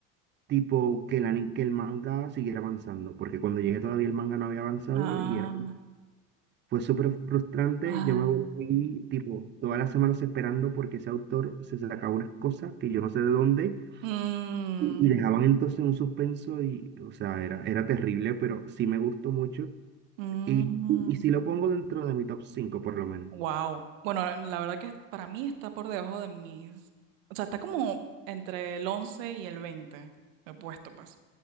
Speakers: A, on the right; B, on the right.
A: tipo que el, ani- que el manga siguiera avanzando, porque cuando llegué todavía el manga no había avanzado
B: Ah,
A: y era- fue súper frustrante,
B: ay,
A: yo me volví tipo todas las semanas esperando porque ese autor se sacaba unas cosas que yo no sé de dónde
B: mm,
A: y dejaban entonces un suspenso y, o sea, era, era terrible, pero sí me gustó mucho.
B: mm,
A: Y, y y si lo pongo dentro de mi top 5 por lo menos.
B: wow. Bueno, la verdad que para mí está por debajo de mis. O sea, está como entre el 11 y el veinte He puesto, pues.